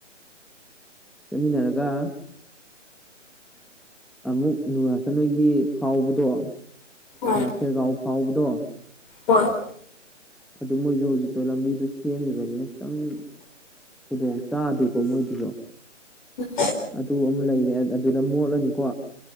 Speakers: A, in the centre; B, on the left (about 40°).
A: ꯆꯠꯃꯤꯟꯅꯔꯒ ꯑꯃꯨꯛ ꯅꯨꯔꯥꯆꯅꯣꯏꯒꯤ ꯐꯥꯎꯕꯗꯣ
B: ꯎꯝ
A: ꯈꯦꯔꯒꯥꯎ ꯐꯥꯎꯕꯗꯣ
B: ꯍꯣꯏ
A: ꯑꯗꯨ ꯃꯣꯏꯁꯨ ꯍꯧꯖꯤꯛꯇꯣ ꯂꯝꯕꯤꯗꯨ ꯁꯦꯝꯃꯤꯕꯅꯤꯅ ꯈꯤꯇꯪ ꯈꯨꯗꯣꯡ ꯆꯥꯗꯦꯀꯣ ꯃꯣꯏꯗꯨꯁꯨ
B: ꯎꯝ
A: ꯑꯗꯨ ꯑꯃ ꯂꯩꯔꯦ ꯑꯗꯨꯗ ꯃꯣꯠꯂꯅꯤꯀꯣ